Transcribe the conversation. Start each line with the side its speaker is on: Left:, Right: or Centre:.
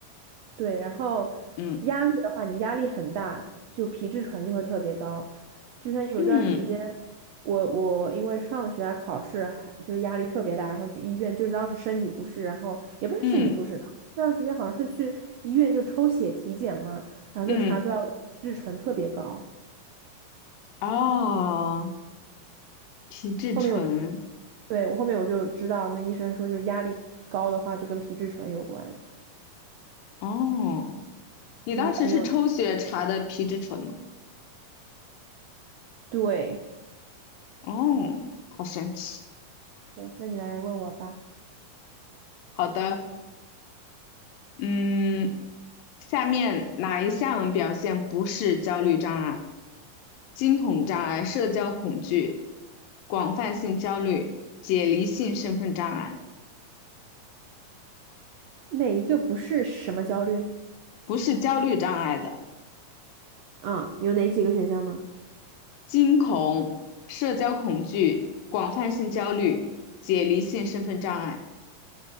Right: 对，然后压力的话，
Left: 嗯
Right: 你压力很大，就皮质醇就会特别高。就像有一段时间，
Left: 嗯
Right: 我我因为上学啊、考试还就是压力特别大，然后去医院，就是当时身体不适，然后也不是身体不适，
Left: 嗯
Right: 当时那段时间好像是去医院就抽血体检嘛，然后就查出来我的皮质醇特别高。
Left: 嗯，哦，皮质醇，
Right: 后面我对我后面我就知道，那医生说就是压力高的话就跟皮质醇有关，
Left: 哦，你当时是抽血查的皮质醇吗？
Right: 其实挺有对
Left: 哦，好神奇。
Right: 对。那你来问我吧，
Left: 好的，嗯，下面哪一项表现不是焦虑障碍？惊恐障碍、社交恐惧、广泛性焦虑、解离性身份障碍。
Right: 哪一个不是什么焦虑？
Left: 不是焦虑障碍的，
Right: 啊，有哪几个选项呢？
Left: 惊恐、社交恐惧、广泛性焦虑、解离性身份障碍。